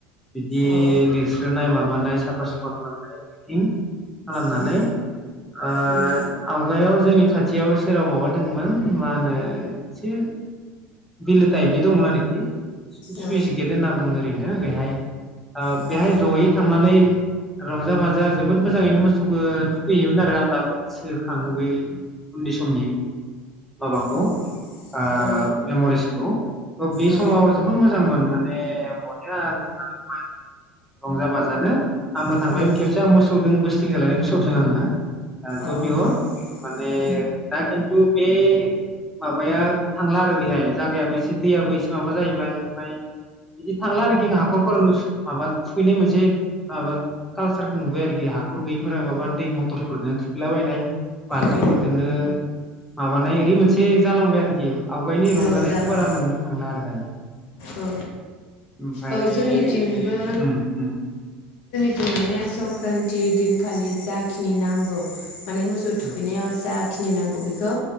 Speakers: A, in the centre; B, on the left.
A: बिदि
B: औ
A: लिरस्रो नाय माब माबानाय साफा सुफा खालामनाय एभ्रिथिं खालामनानै
B: उम
A: ओ
B: उम
A: आवगायाव जोंनि खाथियावो सेराव माबादोंंमोन मा होनो एसे बिलो टाइपनि दंमोन आरोखि सुइस
B: औ
A: गेद होनना बुंङो ओरैनो बेहाय ओ
B: उम
A: बेहाय जयै थांनानै रंजा बाजा जोबोद मोजाङैनो मोसौखौ थुखैयोमोन आरो आं दाबो गोसोखाङो बै उनदै समनि माबाखौ
B: औ
A: ओ
B: औ
A: मेमरिसखौ थह बे
B: औ
A: समाव जोबोद मोजां मोन माने बहरिया थांनानै बाय रंजा-बाजानो आंबो
B: उम
A: थांबाय खेबसे आं मोसौदों बो थिं जालायनायखौ गोसोआव दों आङो
B: अ
A: ओ ज बि ह माने
B: औ
A: दा किन्तु बे माबाया थांला आरो दैहाय जायाबो एसे दैयाबो एसे माबा जाहैबाय ओमफ्राय बिदि थांला आरोखि हा हाखरफोरनो माबा सुहैनाय मोनसे माबा कालसारखौ नुबाय आरोखि हाखर गैयैफोरा माबा दै मथरफोरजों थुखैलाबायनाय बालथिंफोरजोंनो
B: औ
A: माबानाय बे मोनसे जालांबाय आरोखि आव गाइनि रंजानायखौ
B: औ जाबाय
A: बारा मोननो थांला आरो दानिया।
B: औ
A: ओमफाय
B: औ जोंनिथिंबो
A: ओम ओम
B: थिं माने संक्रान थि दिनखालि जाखिनि नांगौ माने मोसौ थुखैनायाव
A: उम
B: जा नि नांगौ बेखौ